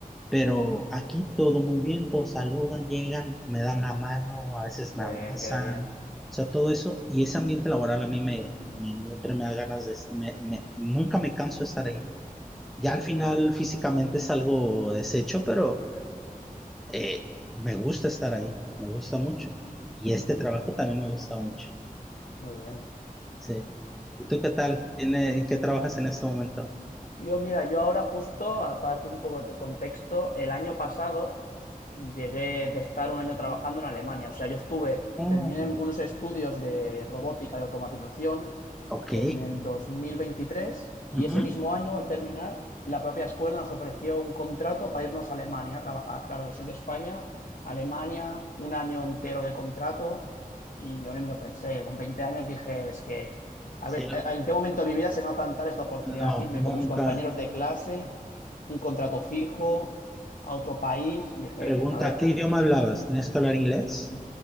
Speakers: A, in the centre; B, on the left.
A: Pero
B: Ujú.
A: aquí todo muy bien, todos saludan, llegan, me dan la mano, a veces
B: Qué
A: me abrazan.
B: bien, qué bien.
A: O sea, todo eso. Y ese ambiente laboral a mí me, me nutre, me da ganas de... Me, me- nunca me canso de estar ahí. Ya
B: Muy
A: al final
B: bien.
A: físicamente es algo deshecho, pero eh, me gusta estar ahí, me gusta mucho. Y este
B: Ujú.
A: trabajo también me gusta mucho.
B: Muy bien.
A: Sí. ¿Y tú qué tal? ¿En, eh, en qué trabajas en este momento?
B: Yo, mira, yo ahora justo, aparte un poco de tu contexto, el año pasado llegué de estar un año trabajando en Alemania. O sea, yo estuve,
A: Mm,
B: terminé unos estudios de robótica y automatización
A: ok.
B: en el 2023 y
A: Ujú.
B: ese mismo año, al terminar, la propia escuela nos ofreció un contrato para irnos a Alemania a trabajar. Claro, yo soy de España, Alemania, un año entero de contrato y yo ni me lo pensé. Con 20 años dije, es que a
A: Sí.
B: ver, ¿a- ¿en qué momento de mi vida se me va a plantar esta oportunidad?
A: No,
B: Irme
A: nunca.
B: con mis compañeros de clase, un contrato fijo, a otro país. Y dije,
A: Pregunta,
B: de cabeza.
A: ¿qué idioma hablabas? ¿Tenías que hablar inglés?